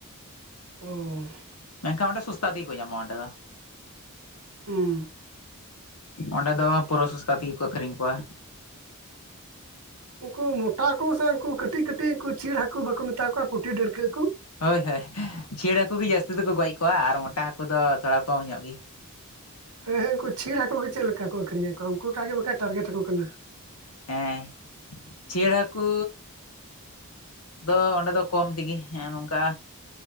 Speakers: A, on the right; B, on the left.
A: ᱚᱻ
B: ᱢᱮᱱᱠᱷᱟᱱ ᱚᱸᱰᱮ ᱥᱚᱥᱛᱟ ᱛᱮᱜᱮ ᱠᱚ ᱧᱟᱢᱟ ᱚᱸᱰᱮ ᱫᱚ᱾
A: ᱦᱩᱸ
B: ᱚᱸᱰᱮ ᱫᱚ ᱯᱩᱨᱟᱹ ᱥᱩᱚᱥᱛᱟ ᱛᱮᱜᱮ ᱠᱚ ᱟᱹᱷᱨᱤᱧ ᱠᱚᱣᱟ᱾
A: ᱩᱱᱠᱩ ᱢᱚᱴᱟ ᱠᱚ ᱥᱮ ᱩᱱᱠᱩ ᱠᱟᱹᱴᱤᱡ ᱠᱟᱹᱴᱤᱡ ᱩᱱᱠᱩ ᱪᱲᱱ ᱦᱟᱹᱠᱩ ᱵᱟᱠᱚ ᱢᱮᱛᱟ ᱠᱚᱣᱟ ᱯᱩᱴᱷᱤ ᱰᱟᱹᱲᱠᱟᱹ ᱠᱚ᱾
B: ᱦᱳᱭ ᱦᱳᱭ ᱪᱷᱤᱲ ᱦᱟᱹᱠᱩ ᱜᱮ ᱡᱟᱹᱥᱛᱤ ᱫᱚᱠᱚ ᱜᱚᱡ ᱠᱚᱜᱣᱟ ᱟᱨ ᱢᱚᱴᱟ ᱦᱟᱹᱠᱩ ᱫᱚ ᱛᱷᱚᱲᱟ ᱠᱚᱢ ᱧᱚᱜ ᱜᱤ᱾ <inaudible>
A: ᱦᱮᱸ ᱦᱮᱸ ᱩᱱᱠᱩ ᱪᱷᱲ ᱦᱟᱹᱠᱩ ᱜᱮ ᱪᱮᱫᱮ ᱞᱮᱠᱟ ᱠᱚ ᱟᱹᱷᱨᱤᱧ ᱟᱠ ᱠᱚᱣᱟ ᱩᱱᱠᱩ ᱴᱟᱜ ᱜᱮ ᱵᱟᱠᱷᱟ ᱴᱟᱨᱜᱮᱴ ᱟᱠᱚ ᱠᱟᱱᱟ᱾
B: ᱦᱮᱸ ᱪᱤᱭᱟᱲ ᱦᱟᱠᱩᱻ ᱫᱚ ᱚᱸᱰᱮ ᱫᱚ ᱠᱚᱢ ᱛᱮᱜᱮ ᱱᱚᱝᱠᱟ